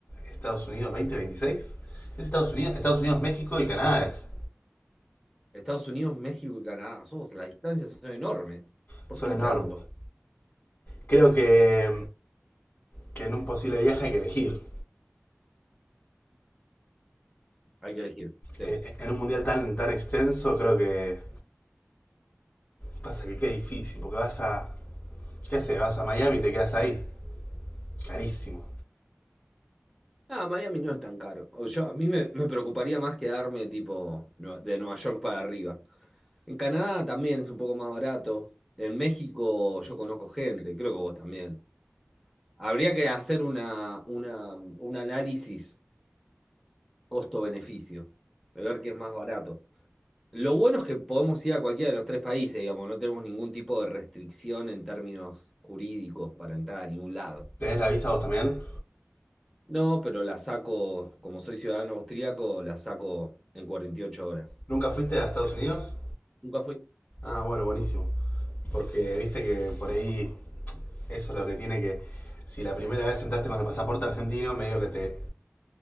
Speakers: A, on the left (about 40°); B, in the centre.
A: Estados Unidos 2026. Es Estados Unidos, Estados Unidos, México y Canadá es.
B: Estados Unidos, México y Canadá. Somos, las distancias son enormes.
A: Son
B: ¿Por qué
A: enormes.
B: tanto?
A: Creo que,
B: Es mi-
A: que en un posible viaje hay que elegir.
B: Hay que elegir. Sí.
A: Eh, eh, en un mundial tan, tan extenso, creo que pasa que qué difícil, porque vas a. ¿Qué haces? Vas a Miami y te quedas ahí. Carísimo.
B: Ah, Miami no es tan caro. O yo, a mí me, me preocuparía más quedarme tipo Nue- de Nueva York para arriba. En Canadá también es un poco más barato. En México yo conozco gente, creo que vos también. Habría que hacer una, una, un análisis costo-beneficio, de ver qué es más barato. Lo bueno es que podemos ir a cualquiera de los tres países, digamos, no tenemos ningún tipo de restricción en términos jurídicos para entrar a ningún lado.
A: ¿Tenés la visa vos también?
B: No, pero la saco, como soy ciudadano austríaco, la saco en 48 horas.
A: ¿Nunca fuiste a Estados Unidos?
B: Nunca fui.
A: Ah, bueno, buenísimo. Porque
B: Así
A: viste que
B: que-
A: por ahí eso es lo que tiene que. Si la primera vez entraste con el pasaporte argentino, medio que te,